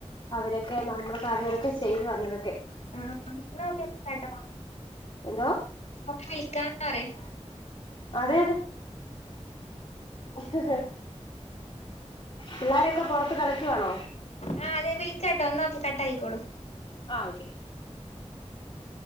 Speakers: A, on the left; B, on the left.
A: അവരെക്കെ നമ്മടെ കാരണവരെക്കെ ചെയ്തു വന്നതെക്കെ.
B: ഉം ഇന്നോക്കിയാ കേട്ടോ.
A: എന്തോ
B: വിളിക്കാന് പറയ്
A: അതെ അതെ പിള്ളാരെക്കെ പൊറത്ത് കളിക്കുവാണോ?
B: ആഹ് അതെ വിളിക്കാട്ടോ. ന്നൊക്കെ. കട്ടായിക്കോളൂ.
A: ആഹ് ഓക്കെ